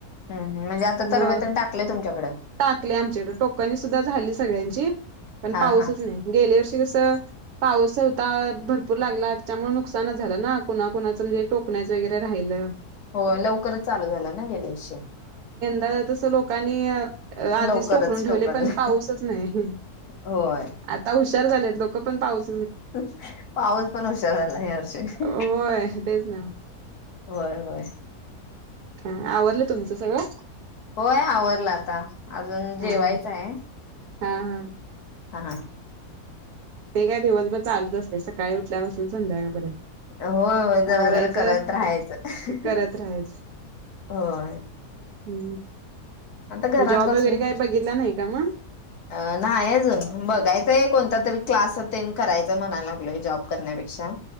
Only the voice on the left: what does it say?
हम्म म्हणजे आता तरवे
तेन टाकले तुमच्याकडं
हा
हा
हो लवकरच चालू झालं ना गेल्या वर्षी
लवकरच
टोकनला
होय.
हं अ पाऊस पण हुशार झालाय या वर्षी.
होय होय.
होय आवरल आता अजून जेवायच
हाय.
हा हा.
होय होय जरा
जरा करत राहायचंहं
अ हम्म. होय.
आता घरात
बसून
श्श
अ न्हाई अजून बघायचंय कोणता तरी क्लास आ. तेन करायच म्हणाय लागलोय जॉब करण्यापेक्षा.